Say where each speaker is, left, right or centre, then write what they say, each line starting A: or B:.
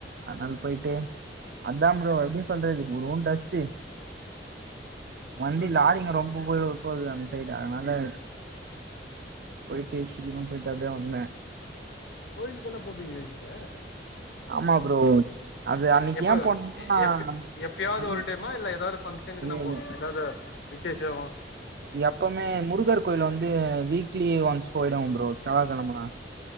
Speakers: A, on the right; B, on the left.
A: அனால போயிட்டு அதா ப்ரோ எப்டி சொல்றது உரும் டஸ்டு வண்டி
B: ஓகே
A: லாரிங்க
B: ஓகே
A: ரொம்ப போய் போவுது அன் சைடு அனால போயிட்டு
B: சேரி சேரி
A: சீக்கரோ போயிட்டு அப்டியே வந்த
B: கோயிலுக்கெல்லா போவீங்களா நீங்க
A: ஆமா ப்ரோ அது அன்னைக்கு
B: எப்ப
A: ஏன் போனோம்னா
B: எப்ப எப்பயாது
A: மணி-
B: ஒரு டைமா இல்ல ஏதாது பங்க்ஷனுக்கு
A: இது
B: நா போவ ஏதாது விசேஷம்
A: எப்பவுமே முருகர் கோயிலு வந்து வீக்லி ஒன்ஸ் போயிடுவ ப்ரோ செவ்வா கிழமைன்னா